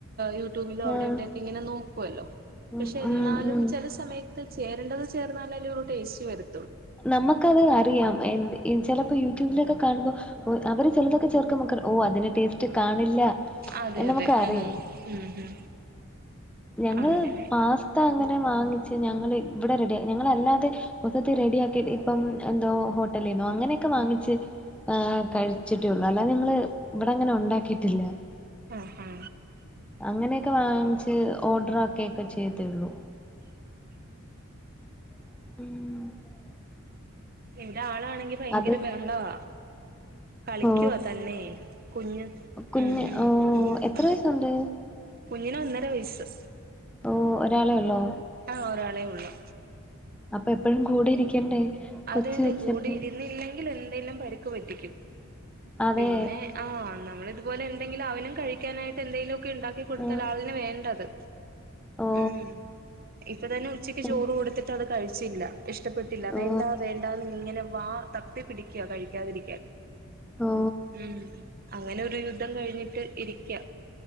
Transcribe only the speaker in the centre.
ആഹ്
ഉം
ഉം
ഉം
നമുക്കത് അറിയാം എന്ത് ഇ ചിലപ്പോ യു ബിലലൊക്കെ കാണുമ്പോ അവ ചിലതൊക്കെ ചേർക്കുമ്മം നക്കറിയ ഓ അതിന് ടേസ്റ്റ് കാണില്ല
എന്ന്
നമുക്ക് അറിയാം
ഞങ്ങള്
പാസ്ത അ ങ്ങനെ വാങ്ങിച്ച് ഞങ്ങൾ ഇവിടെറെഡി ഞങ്ങല്ലാതെ മൊത്തത്തി റെഡി ആക്കിട്ട് ഇപ്പം എന്തോ ഹോട്ടലന്നോ അങ്ങനെയൊക്കെ വാങ്ങിച്ച് കഴിച്ചിട്ടേള്ളു അല്ലാതെ ഞങ്ങള് ഇവിടെ അങ്ങനെ ഉണ്ടാക്കിട്ടില്ല.
അങ്ങനെയൊക്കെ വാങ്ങിച്ച് ഓർഡർക്കിയൊക്കെ ചെയ്തെയുള്ളൂ ഉം
അത്
ഓ
കുഞ്ഞ്
ഓ
എത്ര വയസുണ്ട്
ഓ ഒരാളെ ഉള്ളോ
അപ്പ എപ്പോഴും കൂടെ ഇരിക്കണ്ടേ?
കൊച്ച്
കൊച്ചല്ലേ
അതെ
ആഹ്
ഓ
ഉം
ഓ
ഓ